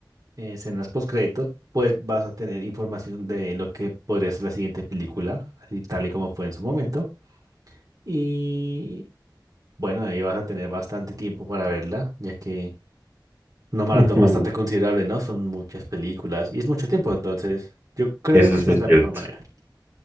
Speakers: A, on the right (about 50°); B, on the right (about 25°).
A: eh, escenas postcréditos, pues vas a tener información de lo que podría ser la siguiente película, así tal y como fue en su momento. Y bueno, ahí vas a tener bastante tiempo para verla, ya que una maratón
B: ujú,
A: bastante considerable, ¿no? Son muchas películas y es mucho tiempo, entonces yo creo
B: Eso
A: que
B: es
A: esa
B: muy
A: es
B: cierto.
A: la mejor manera.